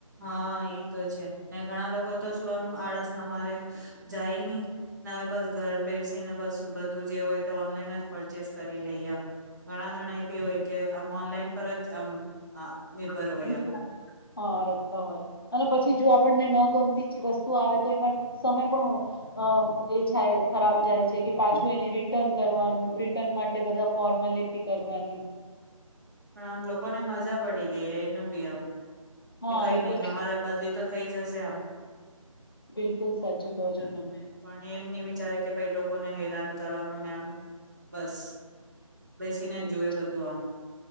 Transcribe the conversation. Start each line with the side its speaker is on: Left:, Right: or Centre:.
Right: હા તો છે ને ઘણા લોકો તો શું આમ આળસમાં મારે જાયની ને અવે બસ ઘર બેસ ને બસ બધું જે હોય ઓનલાઈન જ પરચેસ કરી લઈએ એમ ઘણા જણા એ બી હોય કે આમ ઓનલાઈન પર જ આ નિર્ભર
Left: એમ
Right: હોય આમ
Left: હા રખતા હોય અને પછી જો આપણને ન ગમતી વસ્તુ આવે તો એમાં સમય પણ એ થાય ખરાબ જાય છે કે પાછું એને રિટર્ન કરવાનું રિટર્ન માટે બધા ફોર્માલિટી કરવાની
Right: પણ આમ લોકો ને મજા પડી ગઈ નું બી આમ
Left: હા
Right: કે કઈ
Left: એ
Right: નઈ
Left: તો
Right: અમારે બદલી તો થઈ જશે આમ
Left: બિલકુલ સાચું કહો છો તમે
Right: પણ એમની વિચારે કે ભાઈ લોકોને હેરાન કરવાનું ને એમ બસ બેસીને
Left: બિલકુલ
Right: જ જુએ બધું આમ